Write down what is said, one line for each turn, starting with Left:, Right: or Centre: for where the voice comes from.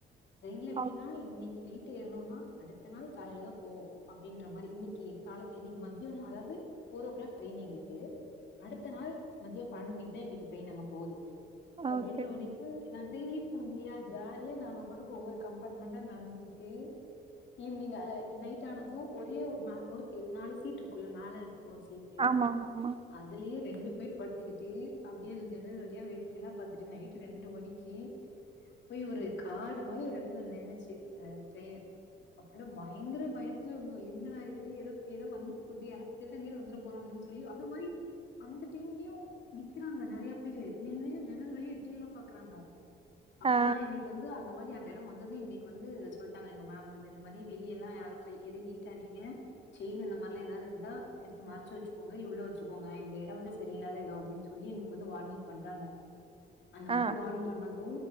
Left: ட்ரெய்ன்ல எப்படினா
Right: ஆமா
Left: இன்னைக்கு நைட் டு ஏறுனோனா அடுத்த நாள் காலைல தா போவோ அப்டின்ற மாரி இன்னிக்கு காலை இன்னிக்கு மத்யானோ அதாவ்து ஃபோரோ கிளாக் ட்ரெய்ன் எங்ளுக்கு அடுத் த்த நாள் மதியோ பன்னெண்டு மணிக் தா எங்ளுக்கு ட்ரெயின் அங்க போது அப்படின்ற
Right: ஓகே
Left: வரைக்கு நா ட்ரெய்ன்லே போனதில்லையா ஜாலியா நாங்க பாட்டுக்கு ஒவ்வொரு கம்பார்ட்மெண்டா நடந்துகிட்டு ஈவ்னிங் அ நைட் ஆனது ஒரே ஒரு மே ஒரு <unintelligible> நாலு சீட்ருக்குல்ல மேல ஃபோர் சீட்டு
Right: ஆமா ஆமா ஆமா
Left: அதுலயே ரெண்டு பேர் படுத்துக்கிட்டு அப்டியே அந்த ஜன்னல் வழியா வேடிக்கைல்லா பாத்துட்டு நைட்டு ரெண்டு மணிக்கு போய் ஒரு காடு மாரி ஒரு எடத்துல நின்னுச்சு ஆஹ் ட்ரெயினு அப்பல்லா பயங்கர பயத்துலருந்தோ எங்கடா எது ஏதோ ஏதோ வந்துட்டு போதே யாரா திருடங்கீது வந்துட போறாங்கன் சொல்லி அது மாரி அந்த டைம்லயு நிக்கறாங்க நெறைய பேரு நின்னு ஜன்னல் வழியா எட்டியெல்லா பாக்கறாங்க அப்ப
Right: ஆ
Left: தா இன்னிக்கு வந்து அந்த மாரி <unintelligible> அந்த எடோ வந்தது எங்களுக்கு வந்து சொல்ட்டாங்க எங்க மேம் வந்து இந்த மாரி வெளிய எல்லா யாரு கை எது நீட்டாதீங்க செயின் அந்த மாரில்லா எதாவ்து இருந்தா எடுத்து மறச்சு வச்சுக்கோங்க உள்ள வச்சுக்கோங்க <unintelligible> இந்த எடோ வந்து சரியில்லாத எடோ அப்டின் சொல்லி எங்களுக்கு வந்து வார்னிங் பண்றாங்க அந்த மாரி
Right: ஆ
Left: வார்னிங் பண்ணது